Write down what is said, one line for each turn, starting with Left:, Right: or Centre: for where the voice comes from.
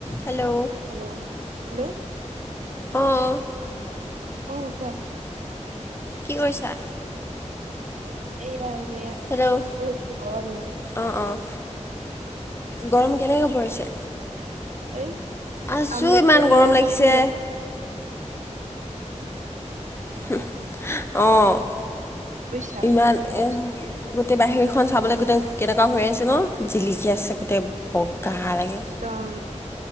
Left: Hello
Right: hello hello
Left: অ',
Right: অ', কোৱা।
Left: কি কৰিছা?
Right: এই আ, এনে আছো
Left: হেল্ল'
Right: গৰম না
Left: অ', অ', গৰম কেনেকা পৰিছে?
Right: এই
Left: আছোঁ
Right: আমলেট
Left: ইমান
Right: এটা দিলে
Left: গৰম
Right: একদম
Left: লাগিছে।
Right: হিজি যাব
Left: হুম, অ',
Right: বুজিছা
Left: ইমান গোটেই বাহিৰ খন চাবলে গোটেই কেনেকুৱা হৈ আছে ন'। জিলিকি আছে গোটেই বগা হাৰ
Right: একদম
Left: লাগে।